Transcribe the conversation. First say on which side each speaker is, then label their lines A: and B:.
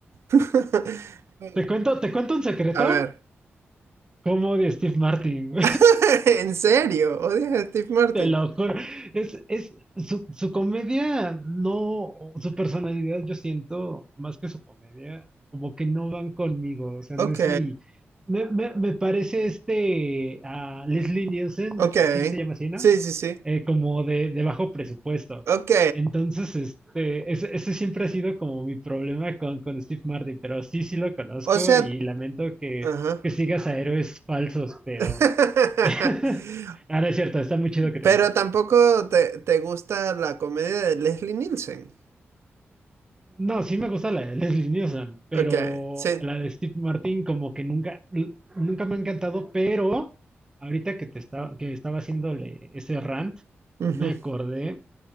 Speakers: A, on the right; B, on the right.
A: <laughs>
B: ¿Te cuento, te cuento un secreto?
A: A ver.
B: ¿Cómo odio a Steve Martin? <laughs>
A: <laughs> ¿En serio? ¿Odias a Steve Martin?
B: Te lo juro. Es, es su, su comedia, no, su personalidad, yo siento, más que su comedia, como que no van conmigo. O sea,
A: Ok,
B: no es mi. Me, me- me parece este a Leslie Nielsen,
A: ok.
B: sí se llama así, ¿no?
A: Sí, sí, sí.
B: Eh, como de, de bajo presupuesto.
A: Ok.
B: Entonces, este, ese, ese siempre ha sido como mi problema con, con Steve Martin, pero sí, sí lo conozco
A: O sea,
B: y lamento que,
A: ajá.
B: que sigas a héroes falsos, pero.
A: <laughs>
B: <laughs> Ahora es cierto, está muy chido que te
A: Pero tampoco te, te gusta la comedia de Leslie Nielsen.
B: No, sí me gusta la de Leslie Nielsen, pero
A: Ok, sí.
B: la de Steve Martin como que nunca, n- nunca me ha encantado, pero ahorita que te estaba, que estaba haciéndole ese rant,
A: Ujú.
B: me acordé